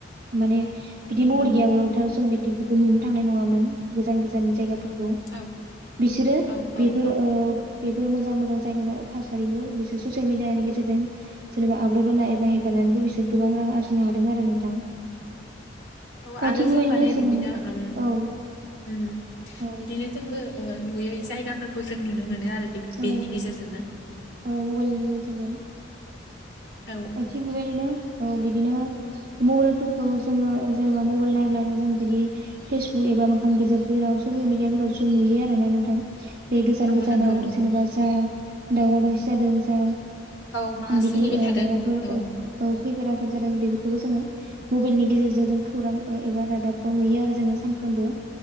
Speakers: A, on the right (about 50°); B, on the left (about 70°).
A: माने बिदि
B: औ
A: महर
B: नंगौ
A: गैयाबाबोथ' जों बिदिफोरखौ नुनो थांनाय नङामोन गोजान गोजान जायगा फोरखौ
B: औ
A: बिसोरो
B: औ औ
A: बेफोर
B: औ
A: ओ बेफोर मोजां मोजां जायगा थासारिखौ बिसोर ससियेल मिडियानि गेजेरजों जेनेबा आपलड होना एबा हेगार नानैबो बिसोर गोबां रां आरजिनो हादों आरो नोंथां।
B: औ आरो
A: थिग
B: जों
A: बेबायदिनो
B: माने
A: जोङो
B: बिदिनो उम
A: औ
B: उम
A: औ
B: बिदिनो जोंबो ओ नुयै जायगाफोरखौ जों नुनो मोनो आरो। बे
A: औ
B: बेनि गेजेरजोंनो
A: औ मबाइलनि गेजेरजों
B: औ
A: थिग बेबायदिनो औ बिदिनो मबाइलफोरखौ जोङो जेनेबा मबाइल नायब्लानो जों बिदि बा मोखां बिजाब जेराव ससियेल मिडियाफोराव जों नुयो आरो ना नोंथां। बे गोजान
B: औ
A: गोजानाव
B: नंगौ नंगौ
A: जेनेबा जा दावराव दावसि जादों जा
B: औ मा
A: बिदि
B: सोलिबाय
A: ओ
B: थादों
A: मायबाफोर
B: औ
A: खैफोद जादों बेफोरखौबो जोङो मबाइलनि गेजेरजों जों खौरां एबा रादाबाव नुयो आरो जोङो सानफ्रोमबो।